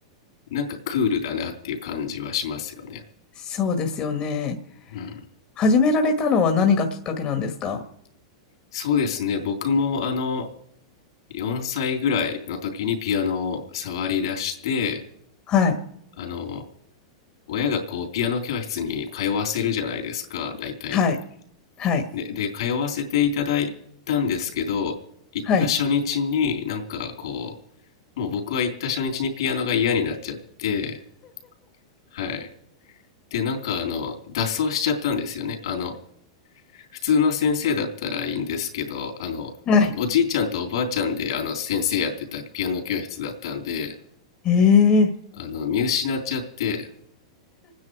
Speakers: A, on the left (about 70°); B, on the left (about 35°).
A: なんかクールだなっていう感じはしますよね。
B: そうですよね。
A: うん。
B: 始められたのは何がきっかけなんですか
A: そうですね、僕もあの、4歳ぐらいの時にピアノを触り出して、
B: はい。
A: あの、親がこう、ピアノ教室に通わせるじゃないですか、大体。
B: はい。はい。
A: で、で、通わせていただいたんですけど、行った初日になんかこ
B: はい。
A: う、もう僕は行った初日にピアノが嫌になっちゃって、はい。で、なんかあの、脱走しちゃったんですよね。あの、普通の先生だったらいいんですけど、あの、
B: はい。
A: おじいちゃんとおばあちゃんであの先生やってたピアノ教室だったんで、
B: ええ。
A: あの、見失っちゃって、